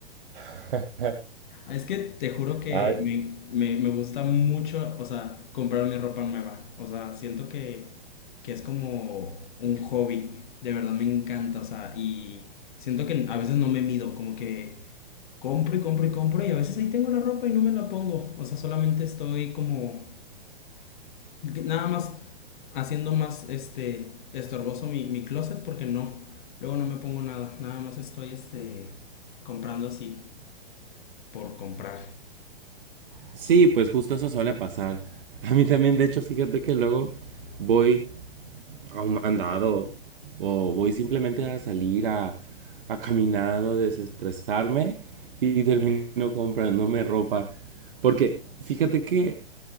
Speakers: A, on the right; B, on the left.
A: <laughs>
B: Ah, Es que te juro que
A: Ay.
B: me, me- me gusta mucho, o sea, comprar mi ropa nueva. O sea, siento que, que es como un hobby. De verdad me encanta, o sea, y siento que a veces no me mido, como que compro y compro y compro y a veces ahí tengo la ropa y no me la pongo. O sea, solamente estoy como nada más haciendo más este estorboso mi, mi closet porque no, luego no me pongo nada, nada más estoy este comprando así por comprar.
A: Sí, pues justo eso suele pasar. A mí también, de hecho, fíjate que luego voy a un mandado o voy simplemente a salir a, a caminar o a desestresarme y termino comprándome ropa. Porque fíjate que